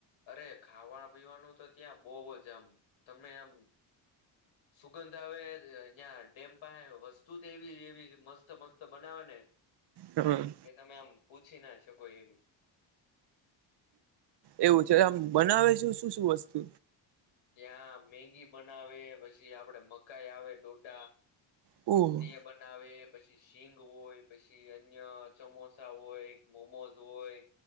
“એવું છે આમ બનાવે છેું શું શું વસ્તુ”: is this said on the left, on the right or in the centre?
Right